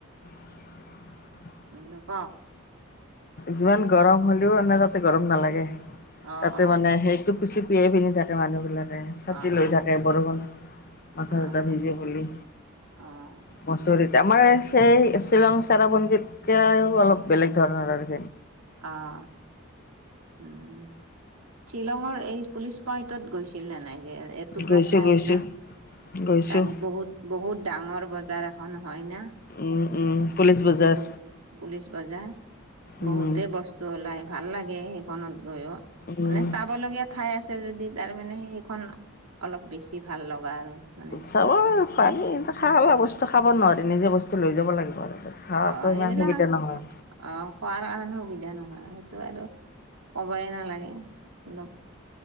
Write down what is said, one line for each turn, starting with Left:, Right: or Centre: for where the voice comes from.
Left: <unintelligible>
Right: উম নকওঁ
Left: যিমান গৰম হ'লেও আমাৰ তাতে গৰম নালাগে
Right: অ',
Left: তাতে
Right: অ',
Left: মানে সেই পুচি পিয়াইি ততে মানুহবিলাক। ছাকি
Right: অ',
Left: লৈ
Right: অ',
Left: থাকে বৰষুণ মাথা
Right: অ',
Left: চথা
Right: অ',
Left: ভিজি বুলি
Right: অ',
Left: মছৰি আমাৰ সেই শ্বিলং চেৰাপঞ্জীতকও অলপ বেলেগ ধৰণৰ আৰু
Right: অঁ উম শ্বিলঙৰ এই পুলিচ পইন্টত গৈছিল নে নাই যে এটুকুৰা
Left: গৈছোঁ
Right: ঠাই
Left: গৈছোঁ
Right: না
Left: গৈছোঁ
Right: তাত বহুত বহুত ডাঙৰ বজাৰ এখন হয় ন
Left: উম উম পুলিচ বজাৰ
Right: বহুত পুলিচ বজাৰ
Left: উম
Right: বহুতে বস্তু ওলাই ভাল লাগে সেইখনত গৈও
Left: উম
Right: মানে চাব লগগীয়া ঠাই আছে যদি তাৰ মানে সেইখন অলপ বেছি ভাল লগা আৰু মানে
Left: উৎসাব খোৱালী খা বস্তু খাব নোৱাৰি নিজে বস্তু লৈ যাব লাগিব। খোৱাটো
Right: অ সেইবিলাক
Left: ইমান সুবিধা নহয়
Right: অ খোৱাৰ কাৰণে সুবিধা নহয়েই। টো আৰু ক'বই নালাগে অলপ